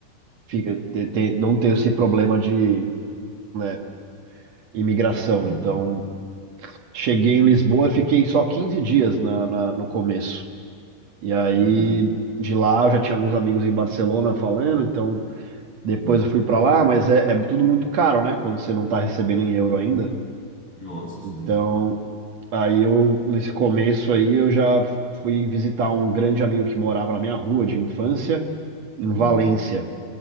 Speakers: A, on the right; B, on the right.
A: fi- ter- ter- não ter esse problema de, né, imigração.
B: Uhum,
A: Então, cheguei em Lisboa, fiquei só 15 dias na, na- no começo. E aí
B: uhum,
A: de lá eu já tinha alguns amigos em Barcelona falando, então depois
B: uhum.
A: eu fui para lá, mas é, é tudo muito caro, né, quando você não tá recebendo em euro ainda.
B: Nossa, sim.
A: Então, aí eu nesse começo aí eu já fui visitar um grande amigo que morava na minha rua de infância em Valência.
B: Uhum,